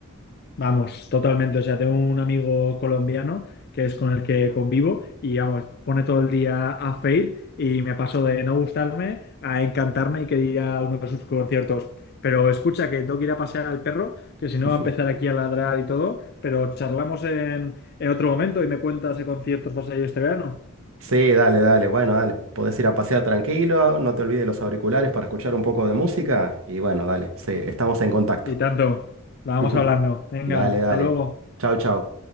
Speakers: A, on the left; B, on the right.
A: Vamos, totalmente. O sea, tengo un amigo colombiano que es con el que convivo y vamos, pone todo el día a Fade y me paso de no gustarme a encantarme y querer ir a uno de sus conciertos. Pero escucha que tengo que ir a pasear al perro, que si no
B: <laughs>
A: va a empezar aquí a ladrar y todo, pero charlamos en, en otro momento y me cuentas qué conciertos vas a ir este verano.
B: Sí, dale, dale, bueno, dale. Podés ir a pasear tranquilo, no te olvides los auriculares para escuchar un poco de música y bueno, dale, sí, estamos en contacto.
A: Y tanto, vamos
B: <laughs>
A: hablando. Venga,
B: Dale,
A: hasta
B: dale.
A: luego.
B: Chau, chau.